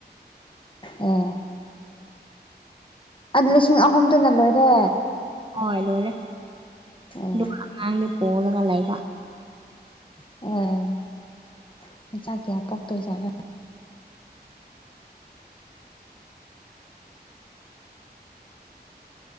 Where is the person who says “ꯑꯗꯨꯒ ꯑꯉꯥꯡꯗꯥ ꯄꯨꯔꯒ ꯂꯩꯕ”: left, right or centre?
Right